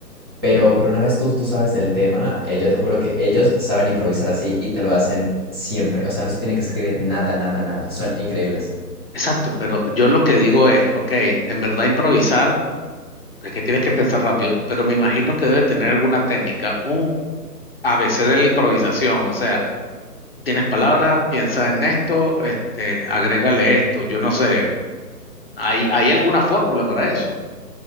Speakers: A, on the right; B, on the left.
A: Pero, pero una vez tú, tú sabes del tema, eh, yo te juro que ellos saben improvisar así y te lo hacen siempre. O sea, no se tienen que escribir nada, nada, nada. Son increíbles.
B: Exacto, pero yo lo que digo es, ok, en verdad improvisar es que tienes que pensar rápido, pero me imagino que debe tener alguna técnica, un ABC de la improvisación, o sea, tienes palabras, piensa en esto, este, agrégale esto, yo no sé, ¿hay, hay alguna fórmula para eso?